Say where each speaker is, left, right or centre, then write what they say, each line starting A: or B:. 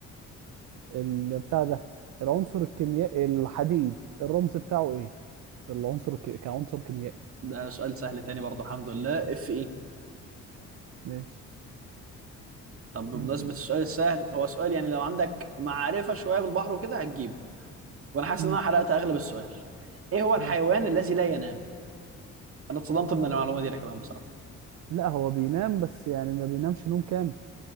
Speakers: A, on the right; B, on the right.
A: ال بتاع ده العنصر الكيميائي الحديد الرمز بتاعه ايه في العنصر الك... كعنصر كيميائي
B: ده سؤال سهل تاني برضه الحمد لله اف ايه
A: ماشي
B: طب بمناسبه
A: انت ده
B: السؤال السهل هو سؤال يعني لو عندك معرفه شويه بالبحر وكده هتجيبه وانا حاسس
A: مم.
B: ان انا حرقت اغلب السؤال ايه هو الحيوان
A: اه
B: الذي لا ينام انا اتصدمت من المعلومه دي انا كمان بصراحه
A: لا هو بينام بس يعني ما بينامش نوم كامل